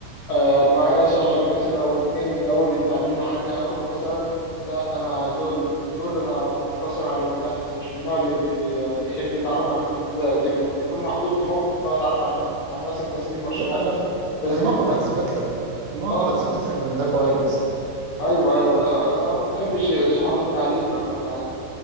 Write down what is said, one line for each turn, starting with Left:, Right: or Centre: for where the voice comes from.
Left: آه، معايا صاحب مثلا او اتنين من اول التعليم لحد اخره مثلا لا انا دول بت- دول انا مقتصر عليهم لا انا مش من النوع اللي بي- بيحب يتعرف على ناس جديده غير لما يكون محطوط في موقف ان هو يتعرف على ناس جديده يعني مثلا تسليم مشروع
Right: لا لا
Left: تسليم
Right: الموقف
Left: واجب
Right: هتثبت لك الموقف
Left: اه
Right: هتثبت
Left: بس
Right: لك ان ده كويس يعني
Left: ايوه ايوه لا انا ما بحبش صحاب التعليم بامانه يعني